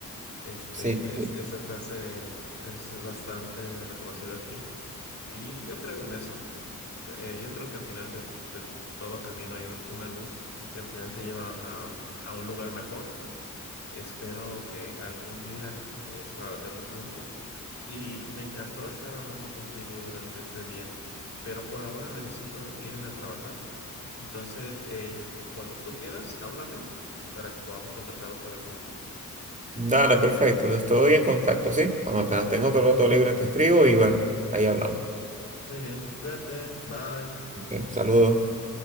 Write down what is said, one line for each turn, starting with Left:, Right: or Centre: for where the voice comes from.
Left: Este,
Right: Sí,
Left: es,
Right: sí.
Left: esa frase es bastante reconocida aquí y yo creo en eso. Eh, yo creo que al final de, de todo camino hay un- una luz que al final te lleva a, a un lugar mejor Espero que algún día <laughs> eh, trabajemos juntos y me encantó estar hablando contigo durante este día, pero por ahora necesito irme a trabajar. Entonces, eh, cuando tú quieras, háblame para que podamos conversar otra vez juntos.
Right: Dale, perfecto, pues, estoy en contacto, ¿sí? Cuando apenas tengo otro rato libre te escribo y bueno, ahí hablamos.
Left: Muy bien, cuídate, bye.
Right: Ok. Saludos.